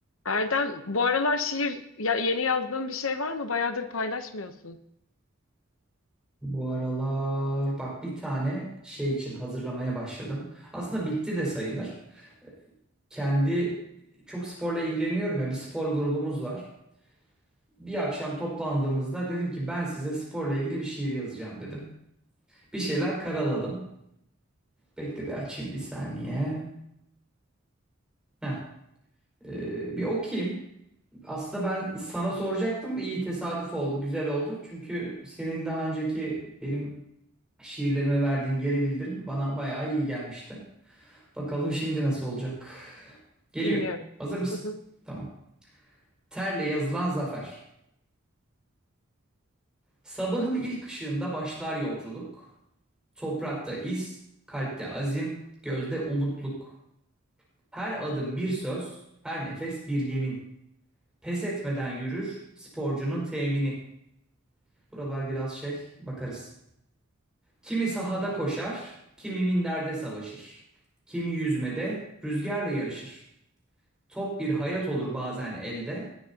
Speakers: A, on the left; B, in the centre.
A: Erdem, bu aralar şiir ya- yeni yazdığın bir şey var mı? Bayağıdır paylaşmıyorsun.
B: Bu aralar bak bir tane şey için hazırlamaya başladım. Aslında bitti de sayılır. Kendi çok sporla ilgileniyorum ya bir spor grubumuz var. Bir akşam toplandığımızda dedim ki ben size sporla ilgili bir şiir yazacağım dedim. Bir şeyler karaladım. Bekle bir açayım bir saniye. Heh, ee, bir okuyayım. Aslında ben sana soracaktım. İyi tesadüf oldu, güzel oldu. Çünkü senin daha önceki benim şiirlerime verdiğin geri bildirim bana bayağı iyi gelmişti. Bakalım şimdi nasıl olacak. Geliyor.
A: Dinliyorum.
B: Hazır mısın?
A: Hı hı.
B: Tamam. Terle yazılan zafer. Sabahın ilk ışığında başlar yolculuk. Toprakta iz, kalpte azim, gözde umutluk. Her adım bir söz, her nefes bir yemin. Pes etmeden yürür sporcunun temini. Buralar biraz şey, bakarız. Kimi sahada koşar, kimi minderde savaşır. Kimi yüzmede, rüzgarla yarışır. Top bir hayat olur bazen elde.